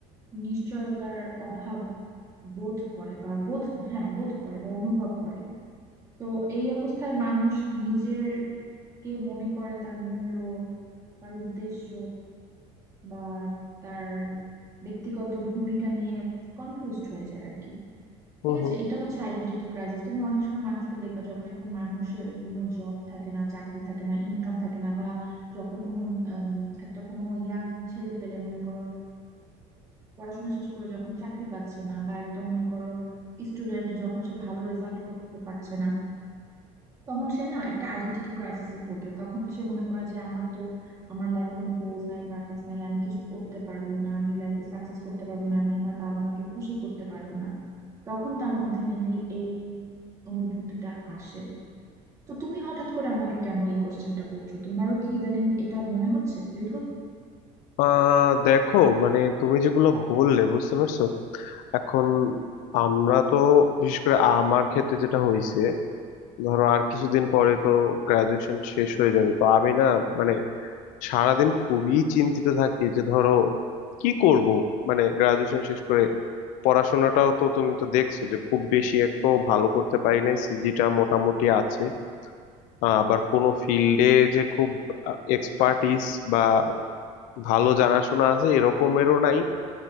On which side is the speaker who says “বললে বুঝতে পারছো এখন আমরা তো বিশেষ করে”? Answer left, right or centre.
Left